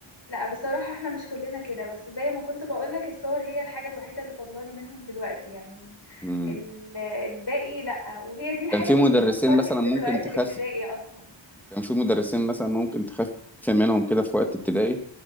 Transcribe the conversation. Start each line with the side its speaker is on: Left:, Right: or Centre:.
Left: لا بصراحة احنا مش كلنا كده بس زي ما كنت بقولك الصور هي الحاجة الوحيدة اللي فاضلالي منهم دلوقتي يعني
Centre: مم.
Left: ال- الباقي لا وهي دي الحاجة
Centre: كان في
Left: اللي
Centre: مدرسين
Left: بتفكرني
Centre: مثلا
Left: بذكريات
Centre: ممكن تخاف
Left: الابتدائي اصلا
Centre: كان في مدرسين مثلا ممكن تخاف منهم كده في وقت ابتدائي